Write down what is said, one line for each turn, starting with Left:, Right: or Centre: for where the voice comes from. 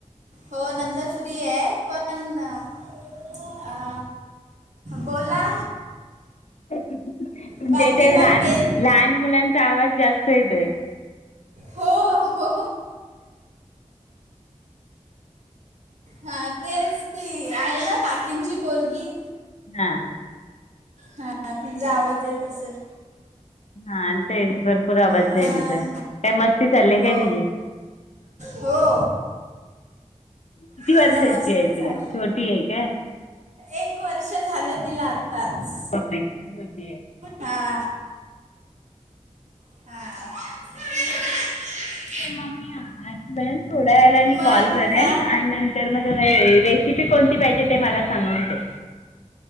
Right: हो नंतर फ्री आहे पण अ बोला.
Left: म्हणजे
Right: बाकी
Left: ते
Right: मग
Left: लहान
Right: के
Left: लहान मुलांचा आवाज जास्त येतोय.
Right: हो हो हा तेच की आहे ना काकींची पोरगी
Left: हा.
Right: हा तिचा आवाज येत असेल.
Left: हा तेच भरपूर आवाज
Right: हां
Left: आहे तिचा काय मस्ती चाललीय
Right: हो
Left: काय तिझी?
Right: हो.
Left: किती
Right: तिचा
Left: वर्षाची
Right: मस्ती
Left: आहे ती,
Right: चालली
Left: छोटी आहे काय?
Right: एक वर्ष झालं तिला आत्ताच,
Left: बापरे खूप छोटी आहे
Right: हा. हा.
Left: <unintelligible> थोड्या वेळानी
Right: मग
Left: कॉल करेन
Right: का
Left: आणि नं तर म ते रेसिपी कोणती पाहिजे ते मला सांगून ठेव.